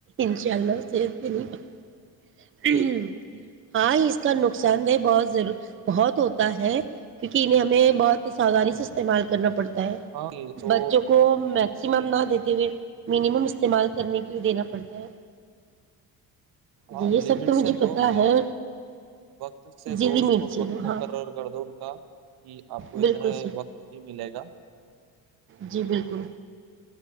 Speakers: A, on the right (about 35°); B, on the right (about 70°).
A: انشاء اللہ صحت پی نہیں
B: جی
A: ہاں اس کا نقصان دہ بہت ضرور بہت ہوتا ہے کیونکہ انہیں ہمیں بہت ساؤودانی سے استعمال کرنا پڑتا
B: ہاں تو
A: بچوں کو میکسیمم نہ دیتے ہوئے منیمم استعمال کرنے کے لیے دینا پڑتا ہے
B: ہاں
A: جی یہ سب
B: لمٹ
A: تو مجھے
B: سے دو
A: پتا
B: کہ
A: ہے
B: وقت سے
A: ضلع
B: دو اس
A: مرچ
B: کو
A: سے
B: وقت
A: دو ہاں
B: مقرر کر دو ان کا کہ آپ کو
A: بالکل
B: اتنا
A: صحیح
B: وقت ہی ملے گا
A: جی بالکل